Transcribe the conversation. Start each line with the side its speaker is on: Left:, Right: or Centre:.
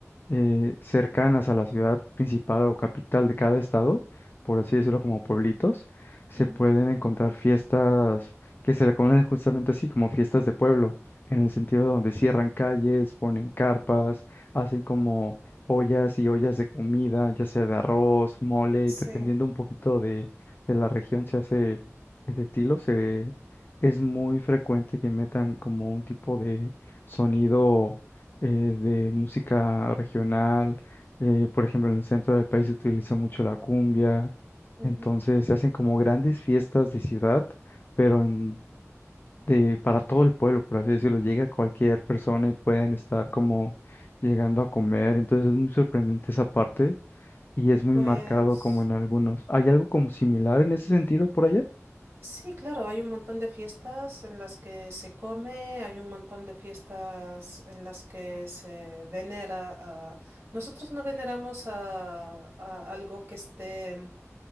Left: eh, cercanas a la ciudad principal o capital de cada estado, por así decirlo, como pueblitos, se
Right: ujú,
Left: pueden encontrar fiestas que se le conocen justamente así, como fiestas de pueblo, en el sentido donde cierran calles, ponen carpas, hacen como ollas y ollas de comida, ya sea de arroz, mole,
Right: Sí,
Left: dependiendo un poquito de, de la región, se hace ese estilo, se... Es muy frecuente que metan como un tipo de sonido eh, de música regional. eh, por ejemplo, en el centro del país se utiliza mucho la cumbia.
Right: ujú.
Left: Entonces se hacen como grandes fiestas de ciudad, pero en, de, para todo el pueblo, por así decirlo. Llega cualquier persona y pueden estar como llegando a comer. Entonces es muy sorprendente esa parte y es muy
Right: pues
Left: marcado como en algunos. ¿Hay algo como similar en ese sentido por allá?
Right: sí, claro, hay un montón de fiestas en las que se come, hay un montón de fiestas en las que se venera a... Nosotros no veneramos a, a algo que esté,